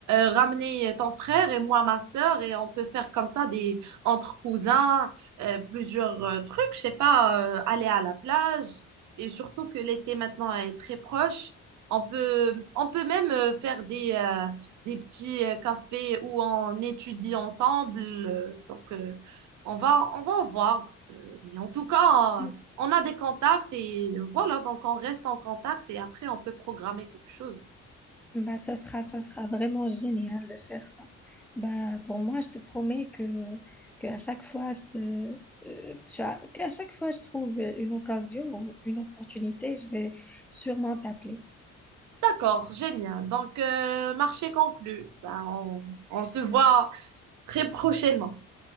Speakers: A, on the right (about 75°); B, in the centre.
A: ramener ton frère et moi ma sœur et on peut faire comme ça des entre cousins, euh, plusieurs euh, trucs, je sais pas, euh, aller à la plage et surtout que l'été maintenant est très proche, on peut on peut même euh, faire des euh, des petits euh, cafés où on étudie ensemble, euh, donc euh, on va on va voir. Euh, Mais en tout cas.
B: Mm.
A: euh, on a des contacts et voilà, donc on reste en contact et après on peut programmer quelque chose.
B: Bah, ça sera, ça sera vraiment génial de faire ça. Bah, pour moi, je te promets que, que à chaque fois, je te, euh, cha- que à chaque fois, je trouve une occasion, ou une opportunité, je vais sûrement t'appeler.
A: D'accord, génial. Donc, euh, marché conclu. Ben, on, on se voit très prochainement.